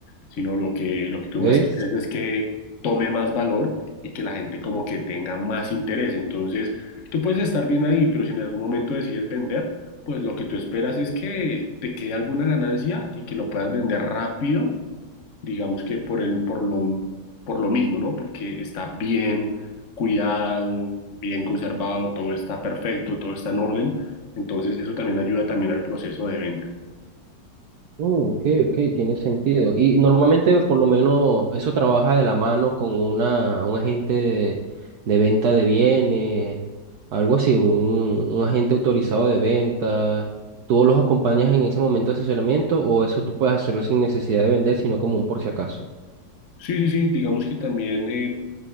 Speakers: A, on the left (about 50°); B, on the right (about 65°).
A: sino lo que, lo que tú
B: ¿Ok?
A: más quieres es que tome más valor y que la gente como que tenga más interés. Entonces, tú puedes estar bien ahí, pero si en algún momento decides vender, pues lo que tú esperas es que te quede alguna ganancia y que lo puedas vender rápido digamos que por el, por lo, por lo mismo, ¿no? Porque está bien cuidado, bien conservado, todo está perfecto, todo está en orden. Entonces, eso también ayuda también al proceso de venta.
B: Mm, ok, ok, tiene sentido. Y normalmente, por lo menos, eso trabaja de la mano con una, un agente de, de venta de bienes, algo así, un, un agente autorizado de venta. ¿Tú los acompañas en ese momento de asesoramiento o eso tú puedes hacerlo sin necesidad de vender, sino como un por si acaso?
A: Sí, sí, sí, digamos que también eh,